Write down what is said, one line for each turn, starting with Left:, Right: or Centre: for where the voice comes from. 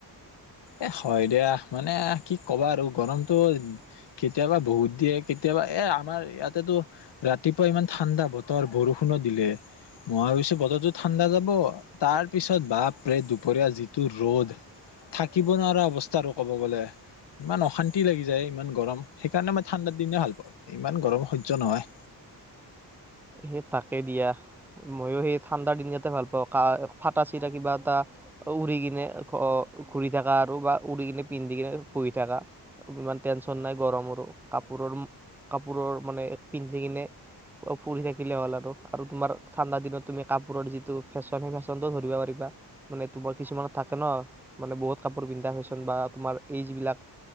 Left: এ, হয় দিয়া মানে কি ক'বা আৰু গৰমটো কেতিয়াবা বহুত দিয়ে কেতিয়াবা এই আমাৰ ইয়াতেতো ৰাতিপুৱা ইমান ঠাণ্ডা বতৰ বৰষুণত দিলে মই ভাবিছোঁ বতৰটো ঠাণ্ডা যাব তাৰপিছত বাপ, দুপৰীয়া যিটো ৰ'দ, থা, নোৱাৰা- নোৱাৰা অৱস্থা আৰু ক'ব গ'লে, ইমান অশান্তি লাগি যায়, ইমান গৰম। সেইকাৰণে মই ঠাণ্ডাৰ দিনে ভাল পাওঁ, ইমান গৰম সহ্য নহয়,
Centre: এ, তাকে দিয়া মইও সেই ঠাণ্ডাৰ দিনতে ভাল পাওঁ কা ফাটা- চিৰা কিবা এটা উৰি কিনে ঘূৰি থাকা আৰু বা উৰি কিনে পিন্ধি কিনে বহি থাকা ইমান টেনচন নাই গৰমৰো কাপোৰৰ -কাপোৰৰ মানে, হি কিনে ফুৰি থাকিলে হ'ল আৰু আৰু তোমাৰ ঠাণ্ডা দিনত তুমি কাপোৰৰ যিটো ফেশ্বন সেই ফেশ্বনতটোও ধৰিব পাৰিবা। মানে তোমাৰ কিছুমানত থাকে ন, মানে বহুত কাপোৰ পিন্ধা ফেশ্বন বা তোমাৰ এই যিবিলাক